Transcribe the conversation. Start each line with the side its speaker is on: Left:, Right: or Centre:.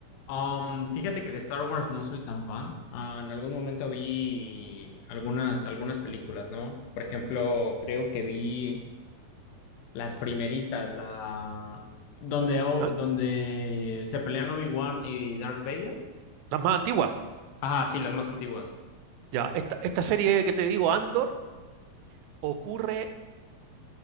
Left: Um, fíjate que de Star Wars no soy tan fan. Ah, en algún momento vi algunas, algunas películas, ¿no? Por ejemplo, creo que vi las primeritas, la donde, O-
Right: La-
Left: donde se pelean Obi-Wan y Darth Vader.
Right: Las más antiguas.
Left: Ajá, sí, las más antiguas.
Right: Ya, esta, esta serie que te digo, Andor, ocurre